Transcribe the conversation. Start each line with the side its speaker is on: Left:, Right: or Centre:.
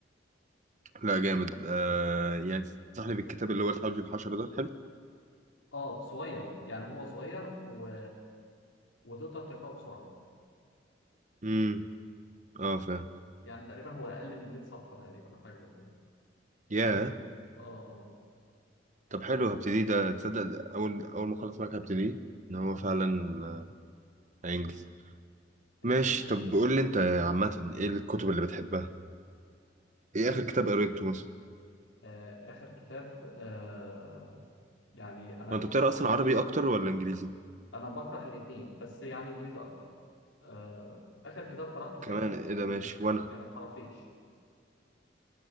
Right: لا جامد آه يعني تنصحني بالكتاب اللي هو الحوجي بحشرة ده حلو
Left: اه صغير يعني هو صغير و... وتقدر تقراه بسرعه
Right: امم اه فاهم
Left: يعني تقريبا هو اقل من 100 صفحه تقريبا او حاجه زي كده
Right: يا
Left: اه اه
Right: طب حلو هبتدي ده تصدق ده اول اول ما اخلص معاك هبتدي ان هو فعلا
Left: آه.
Right: آه، هينجز
Left: يعني
Right: ماشي طب قول لي انت عامه ايه الكتب اللي بتحبها ايه اخر كتاب قريته مثلا
Left: آه اخر كتاب آه يعني انا
Right: هو انت بتقرا اصلا عربي اكتر ولا انجليزي
Left: انا بقرا الاثنين بس يعني انجليزي اكتر آه اخر كتاب قراته فعلا
Right: كمان ايه
Left: كان
Right: ده ماشي وانا
Left: كان الخرافيش